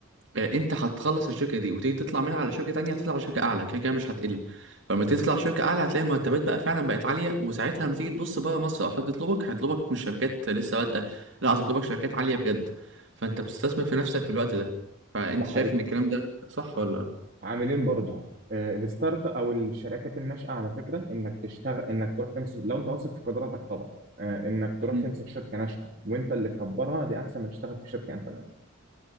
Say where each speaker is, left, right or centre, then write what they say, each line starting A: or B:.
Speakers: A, on the right; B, on the right.
A: آه، انت هتخلص الشركه دي وتيجي تطلع منها على شركه تانية هتطلع على شركه اعلى كده كده مش هتقل فلما تيجي تطلع على شركه اعلى هتلاقي مرتبات بقى فعلا بقت عاليه وساعتها لما تيجي تبص بره مصر او حد يطلبك هيطلبك مش شركات لسه بادئه لا هتطلبك شركات عاليه بجد فانت بتستثمر في نفسك في الوقت ده فانت
B: ده حقيقي
A: شايف ان الكلام ده صح ولا
B: عاملين برضه آه، الستارت او الشركات الناشئه على فكره انك تشتغل انك تروح تمسك لو انت واثق في قدراتك طبعا آه، انك تروح
A: مم.
B: تمسك شركه ناشئه وانت اللي تكبرها دي احسن ما تشتغل في شركه انت ناشئه